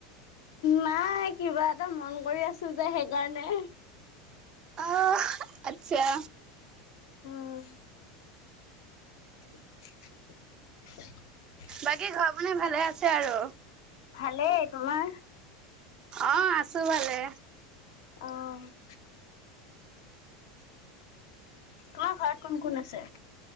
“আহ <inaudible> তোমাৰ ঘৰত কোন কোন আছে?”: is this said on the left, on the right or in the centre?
Left